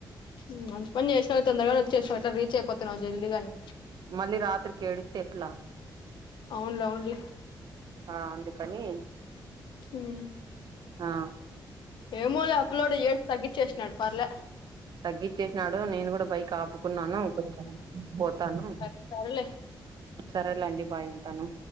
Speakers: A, on the left (about 80°); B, on the right (about 65°).
A: ఉమ్ అ బన్ చేసిన తొందరగానే వచ్చేసిన రీచ్ అయిపోతున్నావు జల్ది గాని
B: మళ్ళీ రాత్రికి ఏడిస్తే ఎట్లా
A: అవునులే అవునులే
B: ఆ అందుకని
A: హమ్
B: ఆ
A: ఏమోలే అప్లోడ్ చేసి తగ్గించేసినాడు పర్లే
B: తగ్గించేసినాడు నేను కూడా బైక్ ఆపుకున్నాను కొంచ పోతాను
A: సరే సరేలే
B: సరేలేండి బాయ్ ఉంటాను